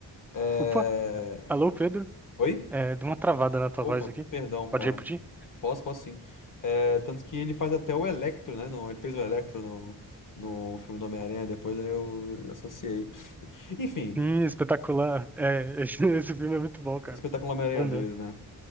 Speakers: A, on the left (about 50°); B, in the centre.
A: É...
B: Opa, alô, Pedro?
A: Oi?
B: É, deu uma travada na tua
A: Opa,
B: voz aqui.
A: perdão, cara.
B: Pode repetir?
A: Posso, posso sim. É, tanto que ele faz até o Electro, né? no- ele fez o Electro no, no filme do Homem-Aranha, depois aí eu associei. <laughs> Enfim,
B: Sim, espetacular. É, <laughs> esse, esse filme é muito bom, cara.
A: Espetáculo Homem-Aranha
B: Também.
A: dois né?